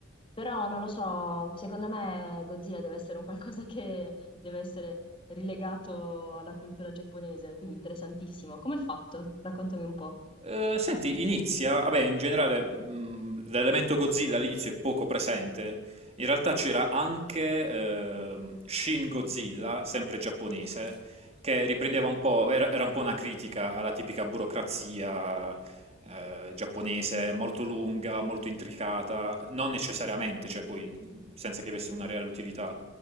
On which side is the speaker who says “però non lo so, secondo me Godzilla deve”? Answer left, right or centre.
Left